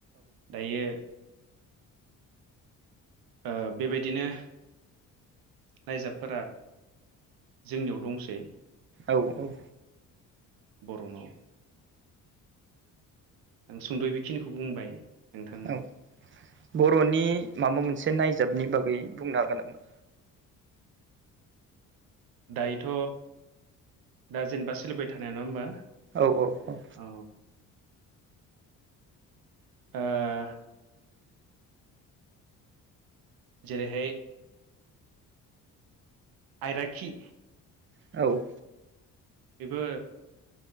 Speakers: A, on the right; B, on the right.
A: दायो। ओ बे बायदिनो नायजाबफोरा जोंनियाव दंसै।
B: औ‌।
A: बर'नाव आं सुंद' बेखिनिखौ बुंबाय। नोंथांनो
B: औ बर'नि माबा मोनसे नायजाबनि बागै बुंनो हागोन नामा?
A: दायोथ' दा जेनेबा सोलिबाय थानाया नङा होमबा?
B: औ औ औ।
A: औ ओ जेरैहाय आइराखि
B: औ।
A: बेबो